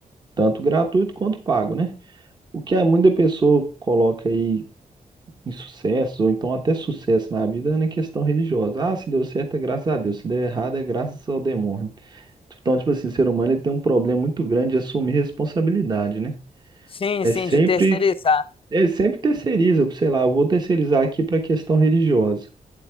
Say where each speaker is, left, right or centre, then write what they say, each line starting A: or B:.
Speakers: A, on the right (about 30°); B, on the left (about 40°).
A: tanto gratuito quanto pago, né? O que a muita pessoa coloca aí em sucesso, ou então até sucesso na vida, é na questão religiosa. Ah, se deu certo é graças a Deus, se deu errado é graças ao demônio. Então, tipo assim, o ser humano ele tem um problema muito grande de assumir responsabilidade, né?
B: Sim,
A: É
B: sim,
A: sempre,
B: de terceirizar.
A: é sempre terceiriza, sei lá, eu vou terceirizar aqui para a questão religiosa.